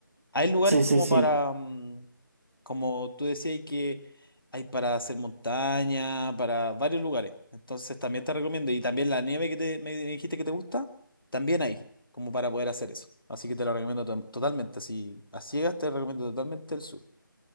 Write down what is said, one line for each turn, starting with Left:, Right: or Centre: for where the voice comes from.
Left: hay lugares
Right: sí,
Left: como
Right: sí, sí.
Left: para, mm, como tú decías, que hay para hacer montaña, para varios lugares. Entonces también te recomiendo. Y también la nieve que te, me dijiste que te gusta, también hay, como para poder hacer eso. Así que te lo recomiendo to- totalmente. Así, a ciegas te recomiendo totalmente el sur.